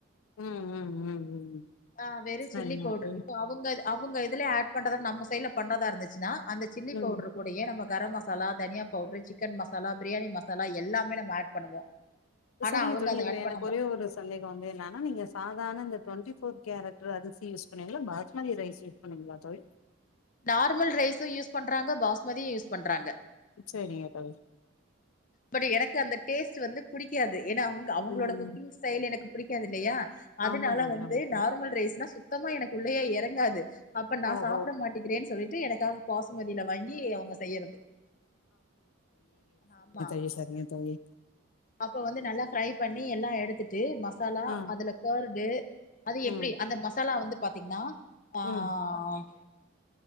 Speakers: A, on the left; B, on the left.
A: ம் ம் ம் ம்
B: ஆ வெறு
A: சரிங்க
B: சில்லி பவுடர்
A: தோழி
B: இப்ப அ வுங்கது அவுங்க இதுலே ஆட் பண்றத நம்ம சைடுல பண்றதா இருந்துச்சுனா அந்த சில்லி
A: ம்
B: பவுடரு கூடயே நம்ம கரம் மசாலா தனியா பவுட்ரு சிக்கன் மசாலா பிரியாணி மசாலா எல்லாமே நம்ம ஆட் பண்ணுவோ
A: ஓ
B: ஆனா
A: செரிங்க
B: அவங்க
A: தோழி
B: அத
A: இதுல
B: ஆட்
A: எனக்கு
B: பண்ண
A: ஒரே ஒரு ஸ் சந்தேகோ வந்து என்னனா நீங்க சாதாரண இந்த டுவென்டி ஃபோர் கேரட்டு அரிசி யூஸ் பண்ணுவீங்களா பாஸ்மதி ரைஸ்சு பண்ணுவீங்களா தோழி
B: நார்மல் ரைஸு யூஸ் பண்றாங்க பாஸ்மதியு யூஸ் பண்றாங்க
A: செரிங்க தோழி
B: பட் எனக்கு அந்த டேஸ்ட் வந்து புடிக்காது ஏனா அவுங்க அவுங்களோட
A: ம்
B: குக்கிங் ஸ்டைல் எனக்கு புடிக்காது இல்லையா அதனால
A: ஆமா தோழி
B: வந்து
A: ஆமா தோழி
B: நார்மல் ரைஸ்னா சுத்தமா எனக்கு உள்ளயே எறங்காது அப்ப நா
A: ஓஹோ
B: சாப்ட மாட் டிக்கிறேன்னு சொல்லிட்டு எனக்காக பாசுமதில வாங்கி அவுங்க செய்றது ஆமா
A: பேசாதிங்க தோழி
B: அப்ப வந்து நல்லா ஃப்ரை பண்ணி எல்லா எடுத்துட்டு மஸ் மசாலா
A: ஆ
B: அதுல கர்டு அதும் எப்டி
A: ம்
B: அந்த மசாலா வந்து பாத்தீங்கன்னா ஆ
A: ம்
B: ம்